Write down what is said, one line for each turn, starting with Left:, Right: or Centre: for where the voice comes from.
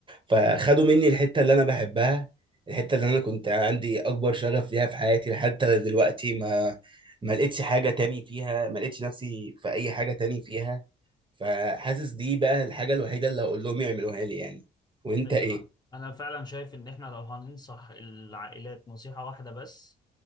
Right: فخدوا مني الحتة اللي أنا بحبها الحتة اللي أنا كنت عندي أكبر شغف ليها في حياتي حتى دلوقتي ما ما لقيتش حاجة تاني فيها ما لقيتش نفسي في أي حاجة تاني فيها فحاسس دي بقى الحاجة الوحيدة اللي هقول لهم يعملوها لي يعني وأنت
Left: ايوه
Right: إيه؟
Left: انا فعلا شايف ان احنا لو هننصح العائلات نصيحة واحدة بس